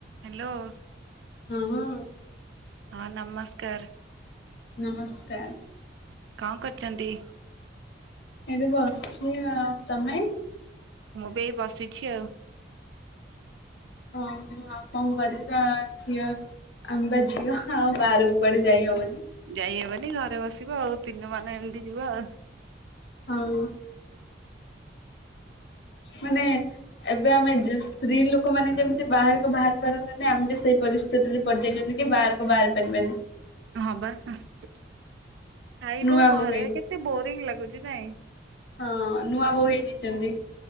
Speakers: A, on the right; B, on the left.
A: Hello.
B: ହଁ ହଁ।
A: ହଁ ନମସ୍କାର।
B: ନମସ୍କାର।
A: କଣ କରୁଛନ୍ତି?
B: ଏଇଠି ବସିଛି ଆଉ ତମେ?
A: ମୁଁ ବି ଏଇ ବସିଛି ଆଉ।
B: ହଁ ଆଉ କଣ କରିବ। ଆ ଝିଅ ଆମେ ବା ଝିଅ ଆଉ ବାହାର କୁଆଡ଼େ ଯାଇ ହବନି।
A: ଯାଇହବନି ଘରେ ବସିବ ଆଉ ଦିନ ମାନ ଏମିତି ଯିବ ଆଉ।
B: ହଁ। ମାନେ ଏବେ ଆମେ ଯେ ସ୍ତ୍ରୀ ଲୋକମାନେ ଯେମିତି ବାହାରକୁ ବାହାରି ପାରନ୍ତି ନି ଆମେ ବି ସେଇ ପରିସ୍ଥିତିରେ। ପଡ଼ିଯାଇଛନ୍ତି କି ବାହାରକୁ ବାହାରି ପାରିବାନି।
A: ହଁ ବା ଖାଇବ
B: ନୂଆ
A: ଘରେ
B: ବୋହୂ ହେଇ
A: କେତେ ବୋରିଂ ଲାଗୁଛି ନାଇଁ।
B: ହଁ ନୂଆ ବୋଉ ହେଇଯାଇଛନ୍ତି।